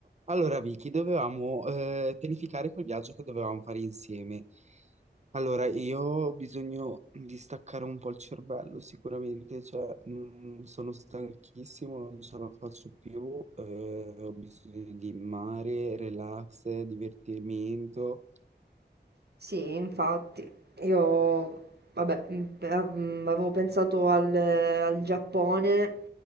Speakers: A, on the right; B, on the right.
A: Allora, Vicky, dovevamo eh, pianificare quel viaggio che dovevamo fare insieme. Allora, io ho bisogno di staccare un po' il cervello, sicuramente, cioè, mh, sono stanchissimo, non ce la faccio più, eh, ho bisogno di mare, relax, divertimento.
B: Sì, infatti, io vabbè, mm, pe- mm, avevo pensato al, al Giappone